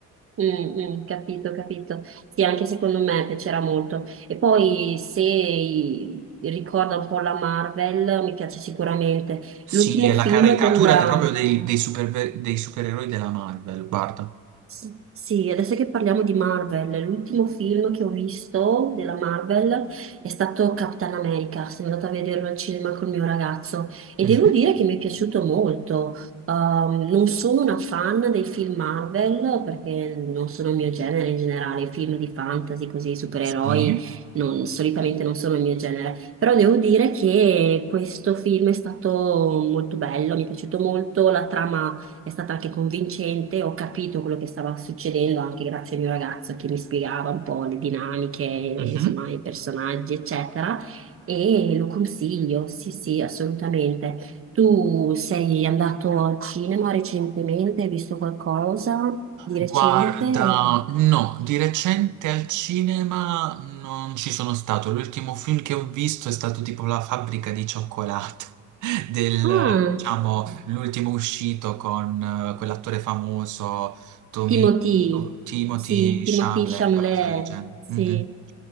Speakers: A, on the right (about 45°); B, on the right (about 75°).
A: Mm, mm, capito, capito. Sì, anche secondo me piacerà molto. E poi se i- ricorda un po' la Marvel, mi piace sicuramente.
B: Sì,
A: L'ultimo
B: è
A: film
B: la caricatura
A: della
B: de- proprio dei, dei superve- dei supereroi della Marvel, guarda.
A: Sì, Sì, adesso che parliamo di Marvel, l'ultimo film che ho visto della Marvel è stato Capitan America. Sono andata a vederlo al cinema col mio ragazzo e
B: Mhm.
A: devo dire che mi è piaciuto molto. Um, non sono una fan dei film Marvel perché non sono il mio genere in generale, i film di fantasy, così, supereroi,
B: Sì.
A: non- solitamente non sono il mio genere. Però devo dire che questo film è stato molto bello, mi è piaciuto molto, la trama è stata anche convincente, ho capito quello che stava succedendo anche grazie al mio ragazzo che mi spiegava un po' le dinamiche, insomma,
B: Mhm.
A: i personaggi, eccetera. E lo consiglio, sì, sì, assolutamente. Tu sei andato al cinema recentemente? Hai visto qualcosa di
B: Guarda,
A: recente? o-
B: no, di recente al cinema non ci sono stato. L'ultimo film che ho visto è stato tipo La fabbrica di cioccolato, <laughs> del,
A: Ah,
B: diciamo, l'ultimo uscito con eh, quell'attore famoso, Tomi,
A: Timothy,
B: Timothy
A: sì, Timothy
B: Chalamet,
A: Chalamet,
B: qualcosa del genere.
A: sì.
B: Mm, mm.